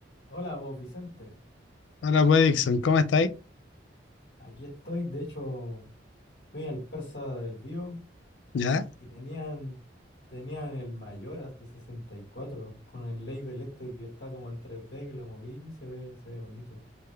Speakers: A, on the left; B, on the left.
A: Hola vos, Vicente.
B: Hola, pues, Dixon, ¿cómo estáis?
A: Aquí estoy. De hecho, fui al Persa del Bío
B: ¿Ya?
A: y tenían, tenían el Mayoras de 64 con el label este que está como en tres d que lo moví y se ve, se ve bonito.